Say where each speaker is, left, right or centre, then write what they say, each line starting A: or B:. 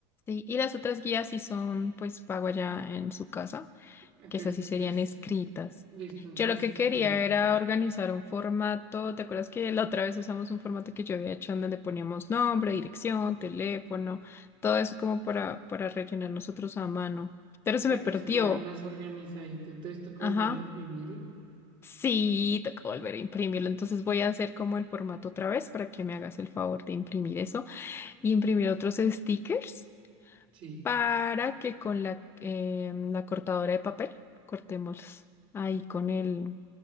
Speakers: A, on the left (about 15°); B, on the right (about 35°).
A: Sí, y las otras guías sí son pues pago allá en su casa,
B: Entonces
A: que esas sí
B: tocas.
A: serían escritas.
B: Listo, entonces
A: Yo lo que quería
B: también.
A: era organizar un formato, ¿te acuerdas que la otra vez usamos un formato que yo había hecho en donde poníamos nombre, dirección, teléfono, todo eso como para, para rellenar nosotros a mano? Pero
B: Sí,
A: se
B: para
A: me perdió.
B: que se vea más organizadito. Entonces toca
A: Ajá.
B: volver a imprimirlo.
A: Sí, tocó volver a imprimirlo. Entonces voy a hacer como el formato otra vez para que me hagas el favor de imprimir eso. y imprimir otros stickers
B: Sí.
A: para que con la, eh, la cortadora de papel cortemos ahí con el,